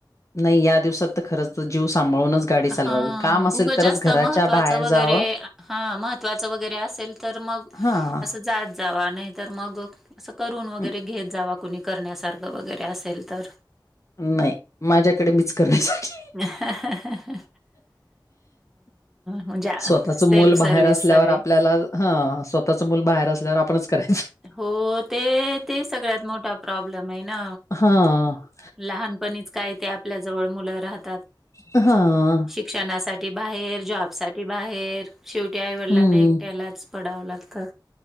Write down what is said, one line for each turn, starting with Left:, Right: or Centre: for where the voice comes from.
Left: नाही या दिवसात तर खरंच जीव सांभाळूनच गाडी चालवावी.
Centre: हा
Left: काम असेल
Centre: उगं
Left: तरच
Centre: जास्त
Left: घराच्या
Centre: महत्त्वाचं
Left: बाहेर
Centre: वगैरे
Left: जावं.
Centre: हा महत्त्वाचं वगैरे असेल तर मग
Left: हां.
Centre: असं, जा जावा. नाहीतर मग, असं करून वगैरे
Left: अं,
Centre: घेत जावा. कुणी करण्यासारखं, वगैरे असेल तर.
Left: नाही. माझ्याकडे, मीच करण्यासारखी.
Centre: हॅ.. हॅ.. हॅ.. हॅ.. हॅ. म्हणजे
Left: स्वतःच मुल,
Centre: सेल्फ सर्व्हिस
Left: बाहेर असल्यावर.
Centre: सगळे.
Left: आपल्याला ह.. स्व ‌ स्तःच मूल बाहेर असल्यावर, आपणच करायचं.
Centre: हो ते ते सगळ्यात मोठा प्रॉब्लेम आहे ना.
Left: हा.
Centre: लहानपणीच काय ते, आपल्या जवळ मुलं राहत
Left: ह.
Centre: शिक्षणासाठी, बाहेर जॉब साठी बाहेर. शेवटी, आईवडलांना
Left: हं.
Centre: एकट्यालाच. पडावं, लागतं.